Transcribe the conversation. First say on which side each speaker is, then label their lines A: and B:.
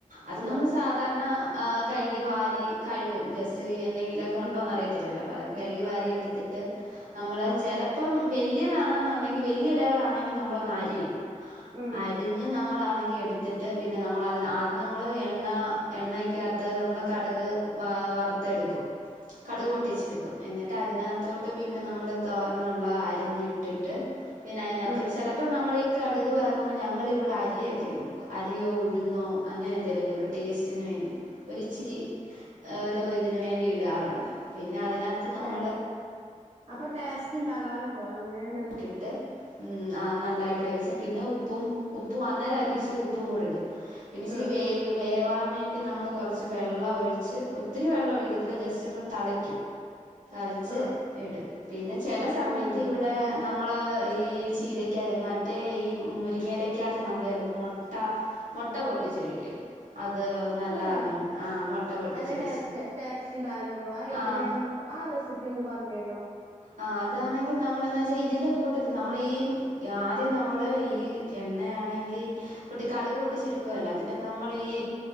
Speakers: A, on the right; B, on the right.
A: അത്
B: ഓഹ്
A: നമ്മൾ സാധാരണ ഏഹ് കഴുകി വാരി കഴുകും ജസ്റ്റ് ഒര് എന്തെങ്കി ലൊക്കെ ഉണ്ടോന്നറിയത്തില്ലലോ
B: ഉം
A: അതൊക്കെ കഴുകിവാരി
B: ആഹ്
A: എടുത്തിട്ട് നമ്മള്
B: ഉം
A: ചെലപ്പം വല്യതാണെന്നുണ്ടെങ്കി വല്യ ഇലകളാ ണെങ്കി നമ്മളൊന്നരിയും,
B: ഉം
A: അരിഞ്ഞ് നമ്മളാണെങ്കി എടുത്തി ട്ട് പിന്നെ നമ്മളതിന് ആദ്യം നമ്മൾ എണ്ണ എണ്ണയ്ക്കാത്ത് നമ്മള് കടുക് വ വറുത്തെടുക്കും.
B: ഉ
A: കടുക് പൊട്ടിച്ചെടുക്കും. എന്നിട്ട് അതിനകത്തോട്ട് പിന്നെ നമ്മൾ തോരനുള്ള അരിഞ്ഞിട്ടിട്ട് പിന്ന അയിനകത്തോട്ട്
B: ഉം
A: ചെല പ്പം നമ്മളീ കടുക് വറക്കുമ്പം ഞങ്ങളിവിടെ അരിയൊക്കെ ഇടും. അരിയോ ഉഴുന്നോ. അങ്ങനെ എന്തേലൊക്കെ ഒരു ടേസ്റ്റിന് വേണ്ടി. ഒരിച്ചിരി ഒരു ഇതിന് വേണ്ടി ഇടാറുണ്ട്. പിന്നെ അതിനകത്ത് നമ്മള്
B: ആഹ് അപ്പൊ ടേസ്റ്റ് ഇണ്ടാകാറുണ്ടോ? എങ്ങനേണ്?
A: ഇട്ടിട്ട് മ് ആഹ് നല്ലായിട്ട് വേവിച്ച പിന്നെ ഉപ്പും ഉപ്പും അന്നേരമായിരിക്കും ഇച്ചിരി ഉപ്പും കൂടി ഇടും. പിന്നെ ഇച്ചിരി
B: ആഹ്
A: വേവ് വേവാൻ വേ ണ്ടി നമ്മള് കൊറച്ച് വെള്ളം ഒഴിച്ച്, ഒത്തിരി വെള്ളം ഒഴിക്കത്തില്ല. ജസ്റ്റ് ഒന്ന് തളിക്കും. തളിച്ച്
B: ആഹ്
A: ഇടും പിന്നെ ചെല സമയത്ത്
B: ഒന്നും ഉണ്ടാക്കും
A: ഇവിടെ നമ്മള് ഈ ചീരക്ക മറ്റേ ഈ മുരിങ്ങയിലക്കകത്ത് നമ്മൾ ചെലപ്പം മൊ ട്ട മുട്ട പൊട്ടിച്ചൊഴിക്കും. അത് നല്ലതാന്ന്
B: ആഹ്
A: <unintelligible> ആഹ് മുട്ട പൊട്ടിച്ചൊഴിച്ച്
B: നല്ല ടേസ്റ്റ് ടേസ്റ്റ് ഉണ്ടാവലുണ്ടോ അത് എങ്ങനെയാന്ന്
A: ആഹ്.
B: ആ റെസിപ്പി ഒന്ന് പർഞ്ഞെരോ.
A: ആഹ് അതാണെങ്കി നമ്മളെന്നാ വെച്ചാ ഇതിന്റെ കൂട്ടത്തി നമ്മളീ ആദ്യം നമ്മള് ഈ എണ്ണയാണെങ്കി പൊട്ടി കടുക് പൊട്ടിച്ചെടുക്കുവല്ലൊ അതിന് റ്റ് നമ്മളീ
B: ഉം